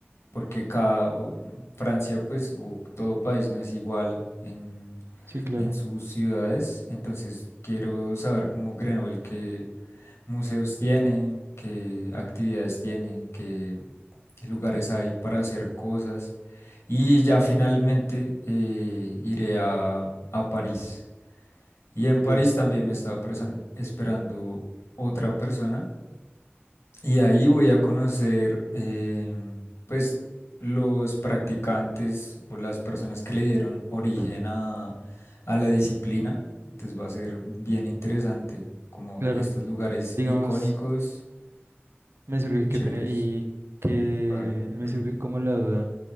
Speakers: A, on the left; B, on the right.
A: porque cada o- Francia, pues, o todo país no es igual en,
B: sí, claro,
A: en sus ciudades, entonces quiero saber como Grenoble, que museos tiene, qué actividades tiene, qué lugares hay para hacer cosas. Y ya finalmente eh, iré a, a París. Y
B: ok,
A: en París también me está presa- esperando otra persona. Y ahí voy a conocer eh, pues los practicantes o las personas que le dieron origen a, a la disciplina. Entonces va a ser bien interesante como
B: claro.
A: estos lugares
B: Digamos,
A: icónicos,
B: Me surge, qué
A: chéveres.
B: pena, y que
A: Vale.
B: me
A: Ujú.
B: surge como la duda,